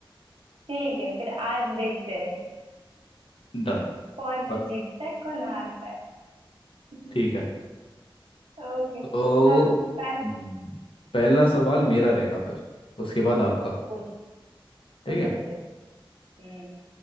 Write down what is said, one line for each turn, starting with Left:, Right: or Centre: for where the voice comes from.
Right: ठीक है फिर आज देखते हैं
Left: डन
Right: कौन
Left: बस,
Right: जीतता है कौन हारता है <laughs>
Left: ठीक है
Right: ओके
Left: तो
Right: चलो पहले
Left: हम्म, पहला सवाल मेरा रहेगा फिर उसके बाद आपका
Right: पूछो
Left: ठीक
Right: पूछो
Left: है
Right: पूछो हम्म